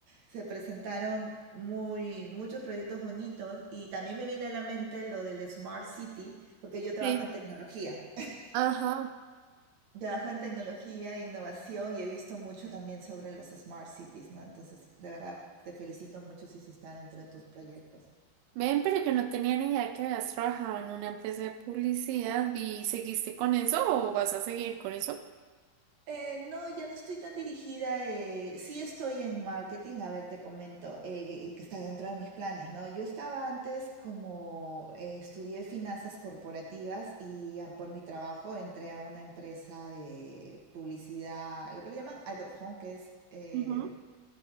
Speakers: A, on the right; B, on the right.
A: se presentaron muy, muchos proyectos bonitos y también me viene a la mente lo del Smart City porque yo trabajo
B: sí.
A: en tecnología. <laughs>
B: Ajá.
A: Trabajo en tecnología e innovación y he visto mucho también sobre los Smart Cities, ¿no? Entonces, de verdad, te felicito mucho si eso está dentro de tus proyectos.
B: Ven, pero yo no tenía ni idea que habías trabajado en una empresa de publicidad y seguiste con eso o vas a seguir con eso?
A: Eh, no, ya no estoy tan dirigida. eh, sí estoy en marketing, a ver, te comento, eh, que está dentro de mis planes, ¿no? Yo estaba antes como eh, estudié finanzas corporativas y ah, por mi trabajo entré a una empresa de publicidad, lo que le llaman out of home, que es, eh,
B: Ujú.